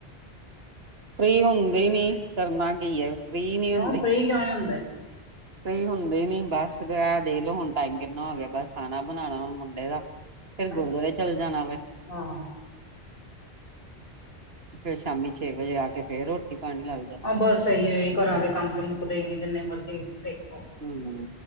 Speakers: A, on the right; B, on the left.
A: ਫਰੀ ਹੁੰਦੇ ਨੀ, ਕਰਨਾ ਕੀ ਹੈ, ਫ੍ਰੀ
B: ਕਿਉਂ
A: ਨੀ ਹੁੰਦੀ
B: ਫ੍ਰਰੀ ਕਿਉਂ ਨੀ ਹੁੰਦਾ
A: ਫਰੀ ਹੁੰਦੇ ਨੀ ਬਸ ਦੇ ਲਓ ਹੁਣ ਟਾਈਮ ਕਿੰਨਾ ਹੋ ਗਿਆ ਬਸ ਖਾਣਾ ਬਣਾਉਣਾ ਹੁਣ ਮੁੰਡੇ ਦਾ ਫਿਰ ਗੁਰਦੁਆਰੇ
B: ਅੱਛਾ
A: ਚੱਲੇ ਜਾਣਾ ਵੇ
B: ਹਾਂ
A: ਫ਼ਿਰ ਸ਼ਾਮੀ ਛੇ ਵਜੇ ਆਕੇ ਫੇਰ ਰੋਟੀ ਪਾਣੀ ਲੱਗ ਜਾਣਾ
B: ਹਾਂ ਬਸ ਇਹੀ ਹੈ ਘਰਾਂ ਦੇ ਕੰਮ ਤਾਂ ਮੁੱਕਦੇ ਨੀ ਜਿੰਨੇ ਮਰਜ਼ੀ ਦੇਖੋ
A: ਹਮ